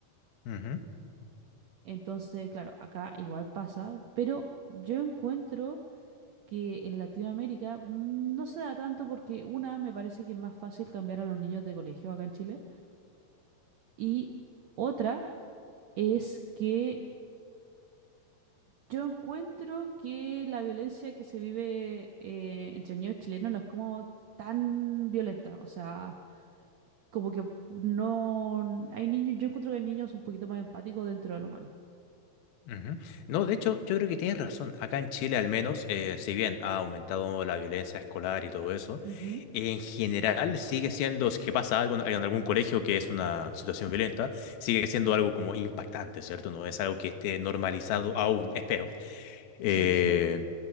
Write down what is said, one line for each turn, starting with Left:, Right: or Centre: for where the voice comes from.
Left: ujú,
Right: Entonces, claro, acá igual pasa, pero yo encuentro que en Latinoamérica mm, no se da tanto porque una, me parece que es más fácil cambiar a los niños de colegio acá en Chile y otra es que yo encuentro que la violencia que se vive eh, entre niños chilenos no es como tan violenta, o sea, como que no hay niños, yo encuentro que hay niños un poquito más empáticos dentro de lo malo.
Left: ujú. No, de hecho, yo creo que tienes razón. Acá en Chile, al menos, eh, si bien ha aumentado la violencia escolar y todo eso,
Right: Ujú.
Left: en general sigue siendo, si es que pasa algo en en algún colegio que es una situación violenta, sigue siendo algo como impactante, ¿cierto? No es algo que esté normalizado aún, espero. Eh,
Right: Sí, sí.